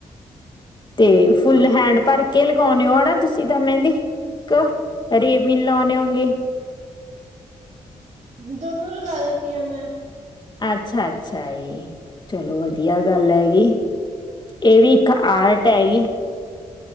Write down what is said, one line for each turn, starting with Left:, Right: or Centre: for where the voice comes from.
Left: ਤੇ ਫੁੱਲ ਹੈਂਡ ਪਰ ਕੇ ਲਗਾਉਂਣੇ ਓ ਨਾ ਤੁਸੀਂ ਤਾਂ ਮਹਿੰਦੀ। ਕ ਅਰੇਬਿਨ ਲਾਓਣੇ ਹੋਂਗੇ।
Right: ਦੋਨੋ ਲਗਾ ਲੈਂਣੀ ਆ ਮੈਂ।
Left: ਅੱਛਾ-ਅੱਛਾ ਈ ਚਲੋ ਵਧੀਆ ਗੱਲ ਹੈਗੀ। ਏ ਵੀ ਇੱਕ ਆਰਟ ਹੈਗੀ।